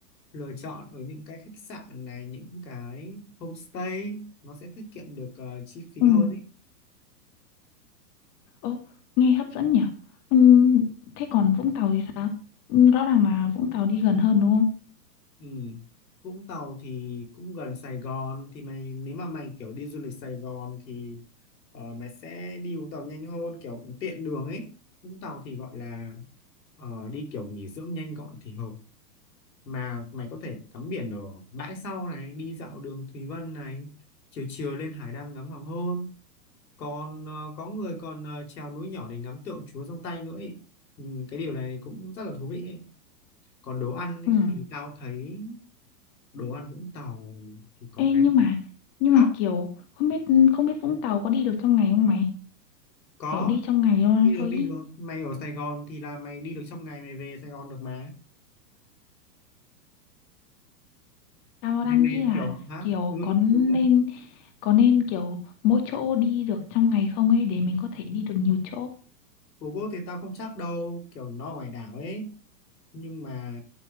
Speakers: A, on the left; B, on the left.
A: lựa chọn ở những cái khách sạn này những cái homestay nó sẽ tiết kiệm được ờ, chi phí
B: Ừ.
A: hơn
B: Ồ, nghe hấp dẫn nhỉ? Ừ, thế còn Vũng Tàu thì sao? Ừm, Rõ ràng là Vũng Tàu đi gần hơn đúng không?
A: Ừ. Vũng Tàu thì cũng gần Sài Gòn thì mày nếu mà mày kiểu đi du lịch Sài Gòn thì ờ, mày sẽ đi Vũng Tàu nhanh hơn kiểu tiện đường ấy Vũng Tàu thì gọi là ờ, đi kiểu nghỉ dưỡng nhanh gọn thì hợp mà mày có thể tắm biển ở bãi sau này đi dạo đường Thùy Vân này chiều chiều lên hải đăng ngắm hoàng hôn còn ờ, có người còn ờ, trèo núi nhỏ để ngắm tượng Chúa trong tay nữa ấy. Ừ, cái điều này cũng rất là thú vị ấy. Còn đồ ăn ấy,
B: Ừ.
A: thì tao thấy đồ ăn Vũng Tàu thì có
B: Ê,
A: cái
B: nhưng
A: gì?
B: mà nhưng
A: hả
B: mà kiểu không biết không biết Vũng Tàu có đi được trong ngày không mày?
A: có
B: Kiểu đi trong ngày luôn
A: đi
B: thôi
A: được đi
B: ý.
A: được mày ở Sài Gòn thì là mày đi được trong ngày mày về Sài Gòn được mà
B: Tao
A: mày,
B: đang
A: mày
B: nghĩ là
A: kiểu hả
B: kiểu
A: ừ
B: có nên
A: đúng rồi
B: có nên kiểu mỗi chỗ đi được trong ngày không ấy để mình có thể đi được nhiều chỗ.
A: Phú Quốc thì tao không chắc đâu kiểu nó ở ngoài đảo ấy nhưng mà